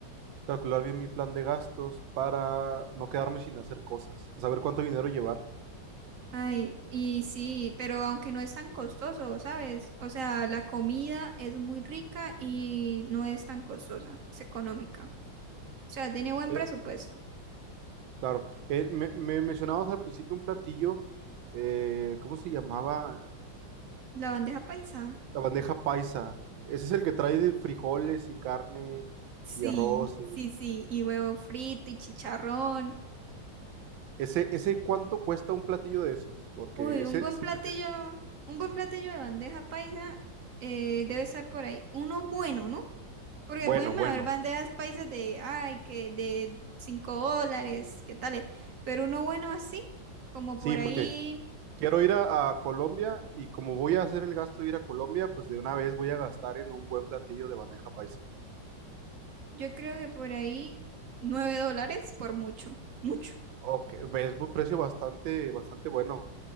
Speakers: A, on the right (about 85°); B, on the right (about 60°).
A: calcular bien mi plan de gastos para no quedarme sin hacer cosas, saber cuánto dinero llevar.
B: Ay, y sí, pero aunque no es tan costoso, ¿sabes? O sea, la comida es muy rica y no es tan costosa, es económica. O sea, tiene buen
A: Eh,
B: presupuesto.
A: claro, eh, me, me mencionabas al principio un platillo, eh, ¿cómo se llamaba?
B: La bandeja paisa.
A: La bandeja paisa. Ese es el que trae de frijoles y carne
B: Sí,
A: y arroz.
B: sí, sí, y huevo frito y chicharrón.
A: Ese, ese cuánto cuesta un platillo de esos, porque
B: Uy,
A: ese,
B: un buen
A: es-
B: platillo,
A: es-
B: un buen platillo de bandeja paisa eh, debe estar por ahí. Uno bueno, ¿no? Porque
A: bueno,
B: pueden
A: bueno,
B: haber bandejas paisas de, ay, que de 5 dólares, qué tales. Pero uno bueno así, como
A: sí,
B: por ahí,
A: porque quiero ir a, a Colombia y como voy a hacer el gasto de ir a Colombia, pues de una vez voy a gastar en un buen platillo de bandeja paisa.
B: yo creo que por ahí 9 dólares por mucho, mucho.
A: Ok, es un precio bastante, bastante bueno.